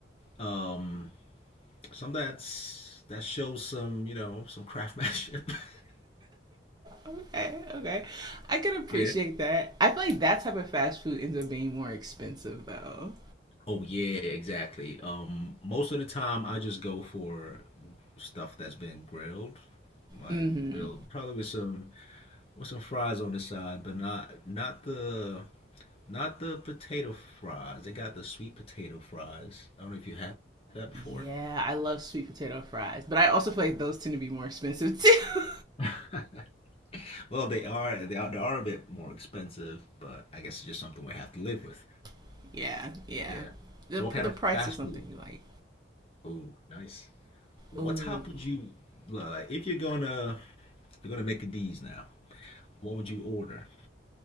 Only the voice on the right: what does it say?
Okay, okay. I can appreciate
that. I feel like that type of fast food ends up being more expensive though.
Mm-hmm.
Yeah, I love sweet potato fries, but I also feel like those tend to be more expensive too.
<laughs> yeah, yeah.
The
the
price
of something
you like.
Ooh,